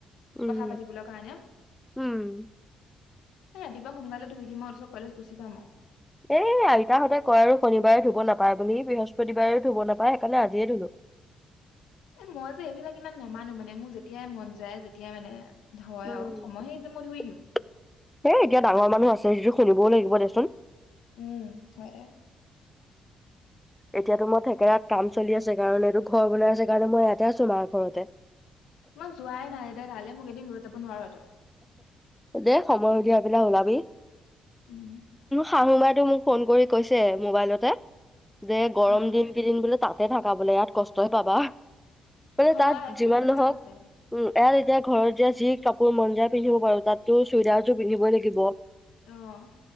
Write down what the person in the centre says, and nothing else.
উম
উম
এই আইতাহঁতে কয় আৰু শনিবাৰে ধুব নাপায় বুলি, বৃহস্পতিবাৰে ধুব নাপায় সেইকাৰণে আজিয়ে ধুলো।
হেই
এতিয়া ডাঙৰ মানুহ আছে যিবোৰ চলিবও লাগিব দেচোন
এতিয়াতো মই থেকেৰাত কাম চলি আছে কাৰণে এইটো ঘৰ বনাই আছে কাৰণে মই ইয়াতে আছোঁ মাৰ ঘৰতে।
দে সময় উঠিয়াই পেলাই ওলাবি।
শাহুমাই তো মোক কৈছে ফোন কৰি মোবাইলতে। যে গৰম
দিন কিদিন বোলোঁ তাত তাতে থাকা বোলে ইয়াত কষ্টহে পাবা। এই
তাত
যিমান
নহওক
উম অঁ এতিয়া ঘৰত যোৱা যি কাপোৰ মন যায়। পিন্ধিব পাৰো তাততো চুৰিদাৰযোৰ পিন্ধিবই লাগিব।